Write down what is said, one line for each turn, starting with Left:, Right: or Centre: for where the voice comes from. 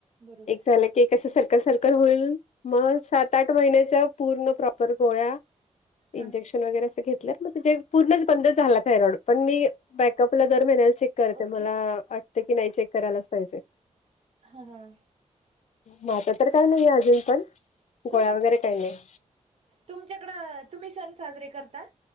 Right: बरोबर
Left: एक झालं एक अस सर्कल सर्कल होऊन मग सात आठ महिन्याच्या पूर्ण प्रॉपर गोळ्या
Right: हां
Left: इंजेक्शन वगैरे असं घेतलं मग जे पूर्णच बंदच झाला थायरॉईड पण मी बॅकअपला दर महिन्याला चेक करते
Right: ओके
Left: मला वाटते की नाही चेक करायलाच पाहिजे
Right: हां हां
Left: म आता तर काय नाही आहे अजून पण गोळ्या
Right: तुम
Left: वगैरे काही नाही.
Right: तुमच्याकडं तुम्ही सण साजरे करता?